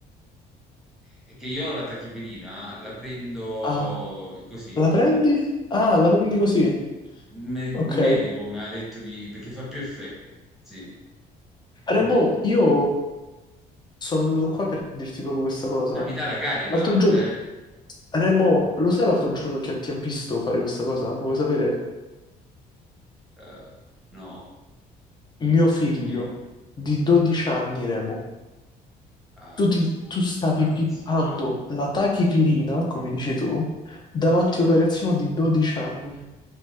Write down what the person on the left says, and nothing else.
Ah,
la prendi? Ah, la prendi così.
Ok.
Remo,
io sono venuto qua per dirti proprio questa cosa.
L'altro giorno,
Remo, lo sai l'altro giorno che ti ha visto fare questa cosa? Lo vuoi sapere?
Mio figlio
di 12 anni, Remo,
tu, ti- tu stavi
pippando la tachipirina, come
dici tu, davanti a un ragazzino di 12 anni,